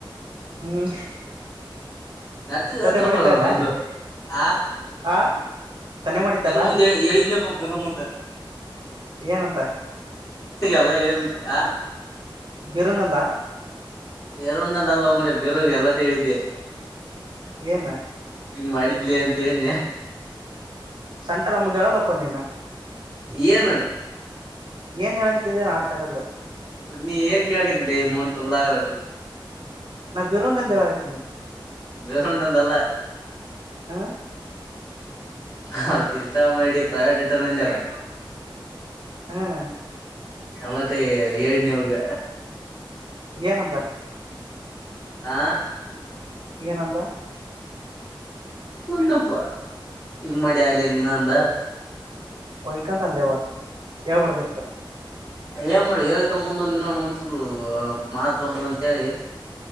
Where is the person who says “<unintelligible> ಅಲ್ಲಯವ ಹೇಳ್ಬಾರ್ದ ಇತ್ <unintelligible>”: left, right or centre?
Right